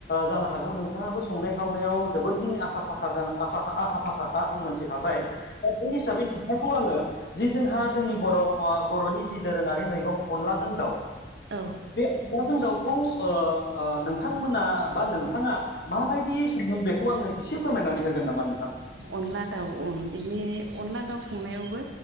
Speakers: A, on the left (about 55°); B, on the right (about 80°).
A: जानो हागौ नोंथाङाबो संनाय खावनायाव जोबोरखिनि आखा फाखा होन आखा फाखा आं मोनसे हाबाय दा बे हिसाबै बिथांखौ आङो जि जोंहा जोंनि बर' बर'नि जि दोरोङारि मैगं अनलाजों दाउ
B: औ
A: बे अनलाजों दाउखौ नों नोंथांमोना बा नोंथाङा माबायदि सङो बेखौ आंनो एसे फोरमायनानै होगोन नामा नोंथां
B: अनला दाउ अ बिनि अनला दाउ संनायावबो